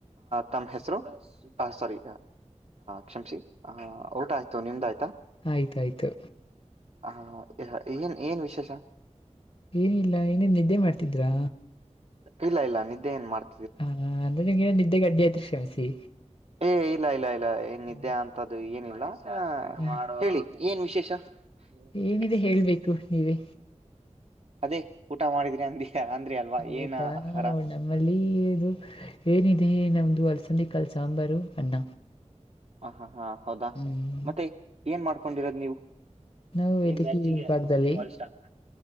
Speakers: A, on the right; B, on the left.
A: ತಮ್ಮ್ ಹೆಸರು ಸಾರಿ ಕ್ಷಮಸಿ ಹಾ ಊಟ ಆಯ್ತು ನಿಮ್ದ ಆಯ್ತಾ
B: ಆಯ್ತಾಯ್ತು
A: ಹಾ ಏನ್ ಏನ್ ವಿಶೇಷ
B: ಏನಿಲ್ಲ ಏನೇನ್ ನಿದ್ದೆ ಮಾಡ್ತಿದ್ರಾ
A: ಇಲ್ಲ ಇಲ್ಲ ನಿದ್ದೆ ಏನ್ ಮಾಡ್
B: ಹಾ ಅಂದ್ರೆ ನಿಮ್ಗೆ ನಿದ್ದೆಗಡ್ಡಿಯಾತ್ ಕ್ಷಮಿಸಿ
A: ಏ ಇಲ್ಲ ಇಲ್ಲ ಇಲ್ಲ ಏನ್ದ್ದ್ಯಾ
B: ಆ,
A: ಅಂತ್ದು ಏನಿಲ್ಲ ಹೇ.......................................
B: ಆ,
A: ಳಿ ಏನ್ ವಿಶೇಷ ಹ್ಮ
B: ಏನಿದೆ ಹೇಳ್ಬೇಕು ನೀವೇ
A: ಅದೇ ಊಟ ಮಾಡಿದ್ರಿ ಅಂದ ಅಂದ್ರಿ ಅಲ್ವಾ
B: ಊಟಾ
A: ಏನ
B: ಅ
A: ಆಹಾರ
B: ನಮ್ಮಲ್ಲಿ ಇದು ಏನಿದೆ ನಮ್ದು ಅಲ್ಸಂದ ಕ ಲ್ ಸಾಂಬಾರು ಅನ್ನ
A: ಹ ಹಾ ಹಾ ಹೌದಾ
B: ಹ್ಮ್
A: ಮತ್ತೆ ಏನ್ ಮಾ ಡ್ಕೊಂಡಿರೋದು ನೀವು
B: ನಾವು ವೈದ್ಯಕೀಯ
A: ಮ್ಯಾಚ್ಗ
B: ವಿಭಾಗದಲ್ಲಿ
A: ಸ್ಟ ಮಾಡ